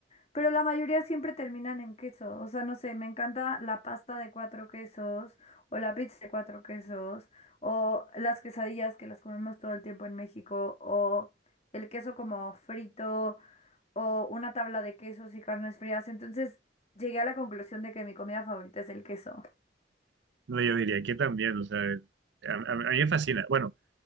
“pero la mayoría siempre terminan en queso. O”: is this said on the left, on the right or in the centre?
Left